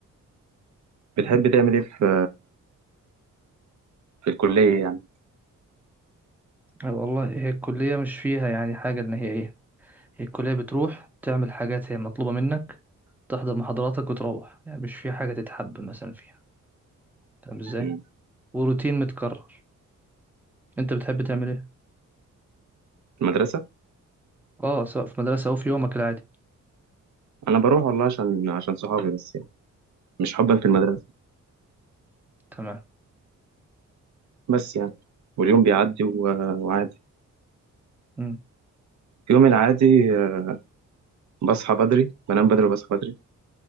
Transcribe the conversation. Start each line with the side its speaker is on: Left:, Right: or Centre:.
Right: بتحب تعمل ايه في في الكلية يعني؟
Centre: والله هي الكلية مش فيها يعني حاجة إن هي إيه هي الكلية بتروح تعمل حاجات هي مطلوبة منك تحضر محاضراتك وتروح يعني مش في حاجة تتحب مثلا فيها فاهم إزاي
Right: مم.
Centre: وروتين متكرر أنت بتحب تعمل إيه؟
Right: المدرسة؟
Centre: اه سواء في مدرسة أو في يومك العادي
Right: انا بروح والله عشان عشان صحابي بس يعني مش حبا في المدرسه
Centre: تمام
Right: بس يعني واليوم بيعدي و... وعادي
Centre: مم.
Right: في يوم العادي آه، بصحى بدري بنام بدري وبصحى بدري